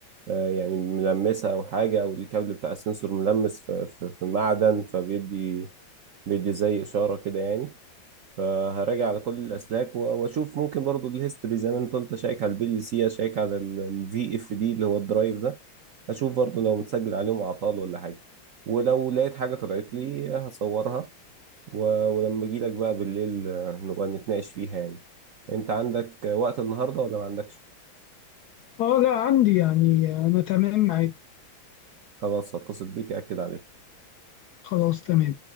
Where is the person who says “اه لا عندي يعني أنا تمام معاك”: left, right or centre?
Left